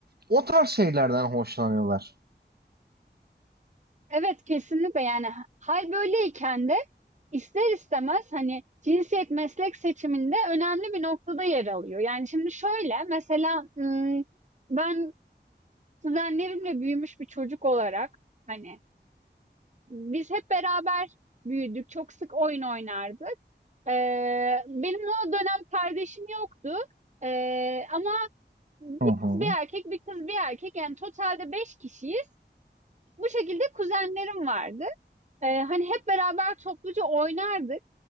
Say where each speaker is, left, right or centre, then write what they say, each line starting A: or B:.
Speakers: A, on the right; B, on the right.
A: o tarz şeylerden hoşlanıyorlar.
B: evet kesinlikle yani hal böyleyken de ister istemez hani cinsiyet meslek seçiminde önemli bir noktada yer alıyor. Yani şimdi şöyle mesela ım, ben kuzenlerimle büyümüş bir çocuk olarak hani biz hep beraber büyüdük. Çok sık oyun oynardık. Ee, benim o dönem kardeşim yoktu. Ee, ama bir
A: Hı hı.
B: kız bir erkek, bir kız bir erkek yani totalde beş kişiyiz. Bu şekilde kuzenlerim vardı. Eee, hani hep beraber topluca oynardık.